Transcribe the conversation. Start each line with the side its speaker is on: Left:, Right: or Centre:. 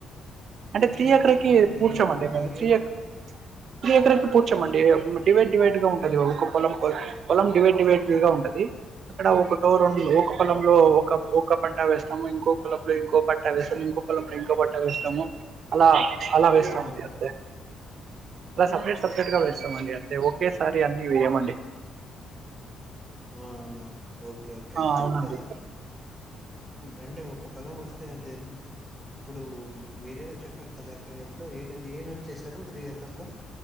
Right: అంటే త్రీ
Centre: ఎకర్
Right: ఎకరకి
Centre: లో మీరు
Right: కూర్చోమండి
Centre: ఒక
Right: మేము
Centre: ఇయర్
Right: త్రీ ఎక త్రీ ఎకరాకి కూర్చోమండి డివైడ్ డివైడ్ గా ఉంటది ఒక పొలం పొ పొలం డివైడ్ డివైడ్ గా ఉంటది అక్కడ ఒక టో రం ఒక పొలంలో ఒక ఒక పంట వేస్తాము ఇంకో పొలం లో ఇంకో పంట వేస్తాము ఇంకో పొలం లో ఇంకో పంట వేస్తాము అలా అలా వేస్తా
Centre: ఆ
Right: మండి అంతే అలా సపరేట్ సపరేటేగా వేస్తామండి
Centre: ఆ సో
Right: అంతే ఒకేసారి అన్నీ వేయమండి
Centre: అవున ఓకే ఓకే
Right: ఆ
Centre: ఎంత
Right: అవునండి
Centre: అంటే ఒక పొలం వస్తే అంత ఎంత ఇప్పుడు మీరేనా చెప్పారు కదా అక్కడ ఎప్పుడో ఎందిది ఏమేమి చేశారు త్రీ ఏకర్ లో